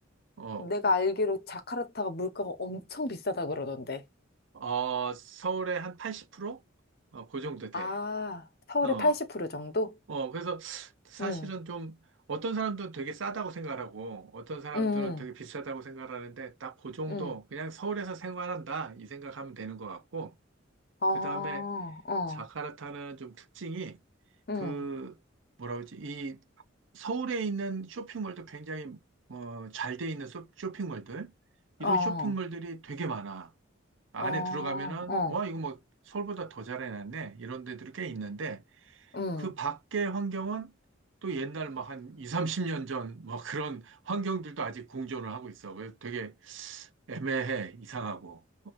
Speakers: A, on the right (about 70°); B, on the left (about 55°).
A: 어,
B: 내가 알기로 자카르타가 물가가 엄청 비싸다 그러던데.
A: 어, 서울의 한 80%? 어, 그 정도 돼.
B: 아, 서울의
A: 어,
B: 80% 정도?
A: 어, 그래서 사실은
B: 응,
A: 좀, 어떤 사람들은 되게 싸다고 생각하고, 어떤 사람들은
B: 응,
A: 되게 비싸다고 생각하는데, 딱 그 정도,
B: 응.
A: 그냥 서울에서 생활한다, 이 생각하면 되는 것 같고,
B: 어,
A: 그 다음에
B: 어,
A: 자카르타는 좀 특징이
B: 응,
A: 그 뭐라 그러지? 이 서울에 있는 쇼핑몰도 굉장히 어, 잘 돼 있는 쇼- 쇼핑몰들 이런
B: 어,
A: 쇼핑몰들이 되게 많아. 안에
B: 어,
A: 들어가면은
B: 어,
A: 와 이거 뭐 서울보다 더 잘해놨네 이런 데들이 꽤 있는데
B: 응.
A: 그 밖의 환경은 또 옛날 막 한 2, 30년 전 뭐 그런 환경들도 아직 공존을 하고 있어. 그래서 되게 애매해 이상하고.